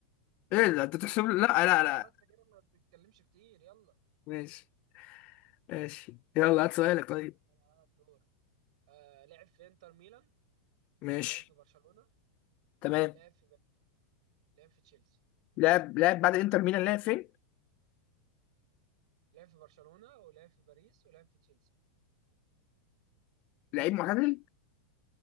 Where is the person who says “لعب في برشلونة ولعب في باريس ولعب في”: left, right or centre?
Right